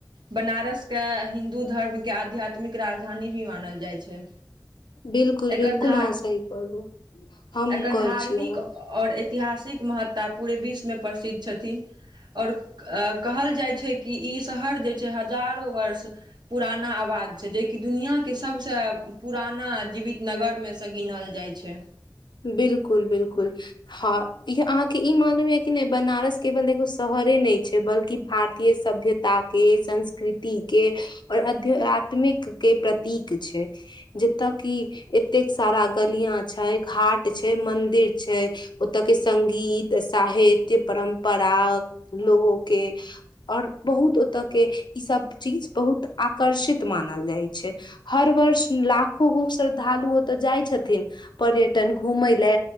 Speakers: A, on the right (about 75°); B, on the left (about 80°).
A: बनारस के हिन्दू धर्म के आध्यात्मिक राजधानी भी मानल जाइ छै,
B: बिल्कुल
A: एकर
B: बिल्कुल
A: धा
B: अहाँ सही कहलू हम
A: एकर
B: कहै
A: धार्मिक
B: छी अहाँ
A: और ऐतिहासिक महत्ता पूरे विश्वमे प्रसिद्ध छथिन और क-कहल जाइ छै कि ई शहर जे छै हजारो वर्ष पुराना आवाज छै जेकि दुनिया के सबस पुराना जीवित नगर मे स गिनल जाइ छे।
B: बिल्कुल बिल्कुल। हँ इहः अहाँके इ मालूम यै कि नयि बनारस केवल एगो शहरे नइ छै बल्कि भारतीय सभ्य ताकी संस्कृति के और अध्य आत्मिक के प्रतीक छै। जत की एतेक सारा गलिया छय, घाट छय, मंदिर छय। ओतऽ के संगीत, साहित्य, परम्परा लोगों के और बहुत ओत के इ सब चीज बहुत आकर्षित मानल जाय छै। हर वर्ष लाखो गो श्रद्धालु ओतऽ जाइ छथिन पर्य तन घूमये ले